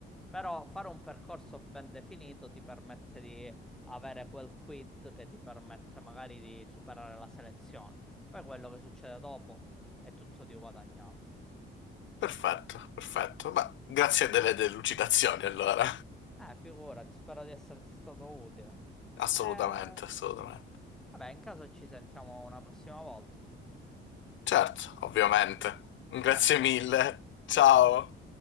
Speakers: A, in the centre; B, on the left.
A: Però fare un percorso ben definito ti permette di avere quel quid che ti permette magari di superare la selezione. Poi quello che succede dopo è tutto di guadagnato.
B: Perfetto, perfetto. Ma grazie delle delucidazioni allora.
A: Eh, figurati, spero di esserti stato utile.
B: <laughs> Assolutamente,
A: Eh,
B: assolutamente.
A: vabbè, in caso ci sentiamo una prossima volta.
B: Certo, ovviamente. Grazie
A: Va bene.
B: mille. Ciao.
A: Ciao ciao.